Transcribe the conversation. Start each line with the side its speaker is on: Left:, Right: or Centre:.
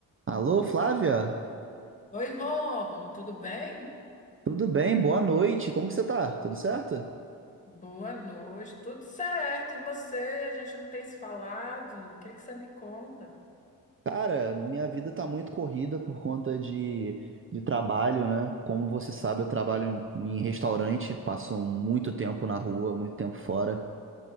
Right: Alô, Flávia?
Left: Oi, Rômulo, tudo bem?
Right: Tudo bem? Boa noite. Como que você tá? Tudo certo?
Left: Boa noite, tudo certo. E você? A gente não tem se falado. O que que você me conta?
Right: Cara, minha vida tá muito corrida por conta de, de trabalho, né? Como você sabe, eu trabalho em restaurante, passo muito tempo na rua, muito tempo fora.